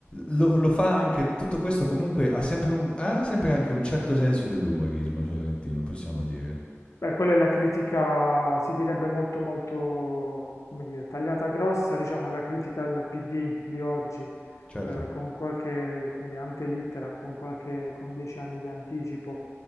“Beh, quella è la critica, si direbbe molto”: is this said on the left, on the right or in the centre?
Left